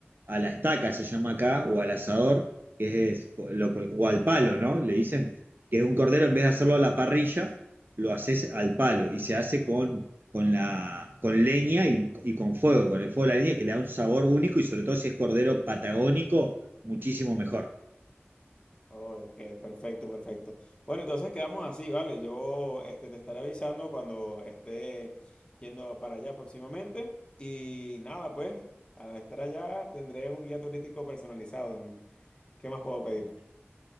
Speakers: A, on the right; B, on the left.
A: a la estaca, se llama acá, o al asador, que es, lo- o al palo, ¿no? Le dicen que es un cordero, en vez de hacerlo a la parrilla, lo haces al palo y se hace con, con, la, con leña y, y con fuego, con el fuego de la leña, que le da un sabor único y sobre todo si es cordero patagónico, muchísimo mejor.
B: Oh, ok, perfecto, perfecto. Bueno, entonces quedamos así, ¿vale? Yo este, te estaré avisando cuando esté yendo para allá próximamente. Y nada, pues, al estar allá tendré un guía turístico personalizado. ¿Qué más puedo pedir?